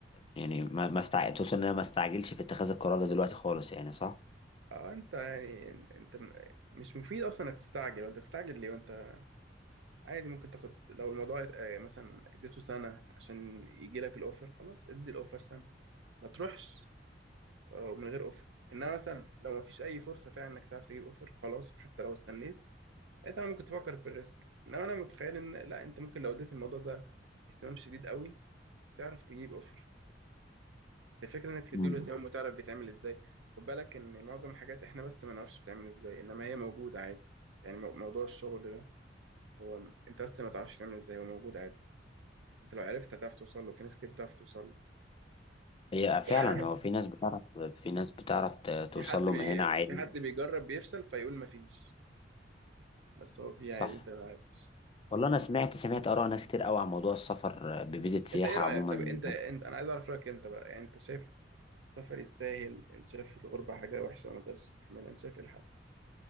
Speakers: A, on the left; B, on the right.
A: يعني ما ما استع... توصل ان انا ما استعجلش في اتخاذ القرار ده دلوقتي خالص يعني صح
B: اه انت يعني انت م- مش مفيد اصلا انك تستعجل وانت تستعجل ليه وانت عادي ممكن تاخد لو الموضوع آه، مثلا اديته سنة عشان يجي لك الاوفر خلاص ادي الاوفر سنة ما تروحش آه، من غير اوفر انما مثلا لو ما فيش اي فرصه فعلا انك تعرف تجيب اوفر خلاص حتى لو استنيت ساعتها ممكن تفكر في الريسك انما انا متخيل ان لا انت ممكن لو اديت الموضوع ده اهتمام شديد قوي تعرف تجيب اوفر بس الفكره انك تديله
A: امم
B: اهتمام وتعرف بيتعمل ازاي خد بالك ان معظم الحاجات احنا بس ما نعرفش بتعمل ازاي انما هي موجوده عادي يعني مو- موضوع الشغل ده هو انت بس ما تعرفش تعمل ازاي هو موجود عادي انت لو عرفت هتعرف توصل له في ناس كتير بتعرف توصل له
A: هي
B: في
A: فعلا هو في ناس بتعرف في ناس بتعرف ت- توصل
B: حد
A: له
B: بي...
A: من هنا عادي
B: في حد بيجرب بيفشل فيقول ما فيش بس هو في
A: صح
B: عادي انت ما عرفتش
A: والله انا سمعت سمعت اراء ناس كتير قوي عن موضوع السفر بفيزة سياحة
B: انت ايه رأيك
A: عموما
B: طب انت انت انا عايز اعرف رأيك انت بقى يعني انت شايف السفر يستاهل انت شايف الغربة حاجة وحشة وما تقدرش تستحملها انت شايف ايه الحل